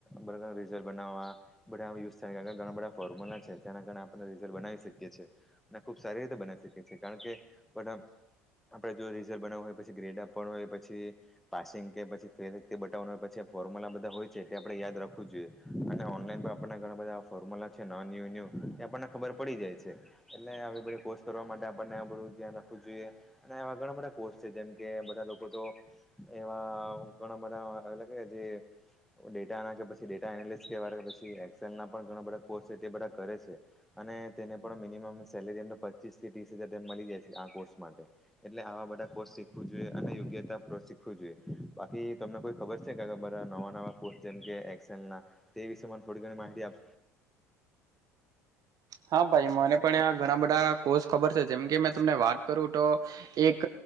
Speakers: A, in the centre; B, on the right.
A: પ્રકાર રિઝલ્ટ બનાવવા બધા યુઝ થાય ઘણા બધા ફર્મ્યુલા છે, તેના કારણે આપણે રિઝલ બનાવી શક કીએ છે, ને ખુબ સારી રીતે બનાવી શકીએ છે, કારણ કે બધા આપડે જો રિઝલ્ટ બનાવું હોય પછી ગ્રેડ આપાનુ હોય પછી પાસિંગ કે પછી ફેલ તે બતાવાનુ હોય પછી ફોર્મ્યુલા બધા હોય છે, તે આપણે યાદ રાખવું જોઈએ અને ઓનલાઈન પણ આપણને ઘણા બધા ફોર્મ્યુલા છે, ન ન્યુ ન્યુ તે આપણને ખબર પડી જાય છે, એટલે આવી બધા કોસ કરવા માટે આપણને આ બધું ધ્યાન રાખવું જોઈએ અને એવા ઘણા બધા કોર્સ છે, જેમ કે બધા લોકો તો એવા ઘણા બધા એટલે કે જે ડેટા ના કે પછી ડેટા એનાલિસ કે વાળુ પછી એક્સેલ ના પણ ઘણા બધા કોર્સ છે, તે બધા કરે છે, અને તેને પણ મિનિમમ સેલેરીયન પચીસથી ત્રીસ હજાર મલી જાય છે, આ કોર્સ માટે એટલે આવા બધા કોર્સ શીખવું જોઈએ અને યોગ્યતા પ્ર શીખવું જોઈએ બાકી તમને કોઈ ખબર છે, કે બધા નવા નવા જેમ કે એક્સેલના તે વિષેમાં થોડી ઘણી માહિતી આપ
B: હા. ભાઈ મને પણ આ ઘણા બધા કોષ ખબર છે, જેમ કે મે તમને વાત કરું તો એક